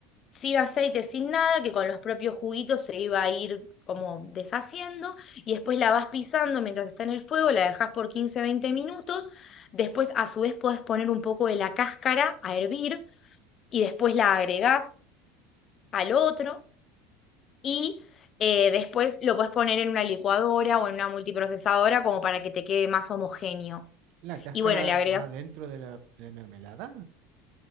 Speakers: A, on the left; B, on the right.
A: sin aceite, sin nada, que con los propios juguitos se iba a ir como deshaciendo, y después la vas pisando mientras está en el fuego, la dejas por quince veinte minutos, después a su vez podés poner un poco de la cáscara a hervir, y después la agregás al otro, y eh, después lo podés poner en una licuadora o en una multiprocesadora como para que te quede más homogéneo.
B: La cáscara
A: Y bueno, le agregas,
B: va dentro de la, de la mermelada.